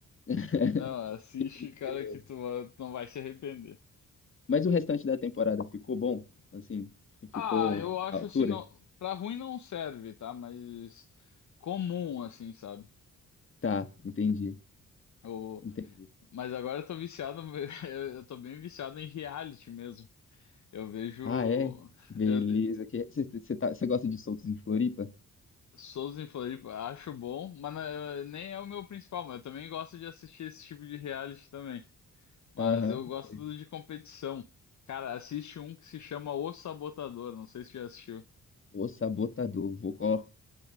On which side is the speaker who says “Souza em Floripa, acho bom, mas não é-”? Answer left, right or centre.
Left